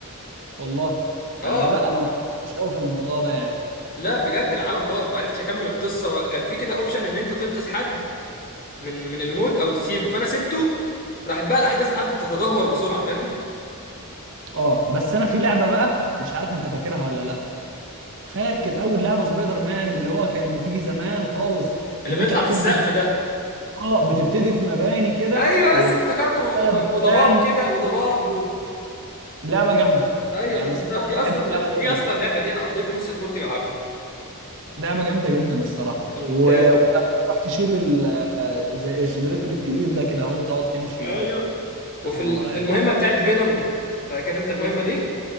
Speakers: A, on the right; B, on the left.
A: والله
B: آه
A: انا لا انا ما اتعمقتش قوي في الموضوع ده يعني
B: لا بجد العالم باظ معرفتش أكمل القصة كان في كده أوبشن إن أنت تنقذ حد من من الموت أو تسيبه فأنا سبته راحت بقى الأحداث قعدت تتدهور بسرعة فاهم
A: اه بس انا في لعبه بقى مش عارف انت فاكرها ولا لا فاكر اول لعبه سبايدر مان اللي هو كانت بتيجي زمان خالص
B: اللي
A: اللي
B: بيطلع
A: انت بتبدي
B: في السقف
A: في...
B: ده
A: اه بتبتدي في مباني كده
B: أيوه
A: والارض
B: بس افتكرته و-
A: كلها دخان
B: وضباب كده وضباب
A: لعبه جامده
B: ايوه
A: يعني
B: افتكرتها
A: الصراحه
B: دي
A: انا
B: اصلا
A: بحب اللعبه دي
B: دي
A: قوي
B: اصلا اللعبه دي انا قضيت نص طفولتي بلعبها
A: لعبه جامده جدا الصراحه
B: ممتازة
A: و... ولما تروح تشيل ال... آه، زي الجنريتور التقيل ده كده اهو تقعد تمشي
B: ايوه
A: يا
B: وفي
A: نهار
B: ال- في
A: يعني.
B: المهمه بتاعت فينوم فاكر انت المهمه دي